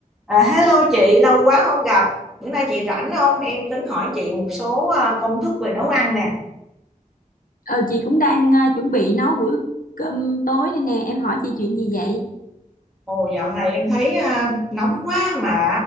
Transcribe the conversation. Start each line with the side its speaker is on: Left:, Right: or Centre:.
Centre: À, hello chị, lâu quá không gặp. Bữa nay chị rảnh không? Em tính hỏi chị một số à, công thức về nấu ăn nè.
Left: Ờ, chị cũng đang à, chuẩn bị nấu bữa cơm tối đây nè, em hỏi chị chuyện gì vậy?
Centre: Ồ, dạo này em thấy à, nóng quá mà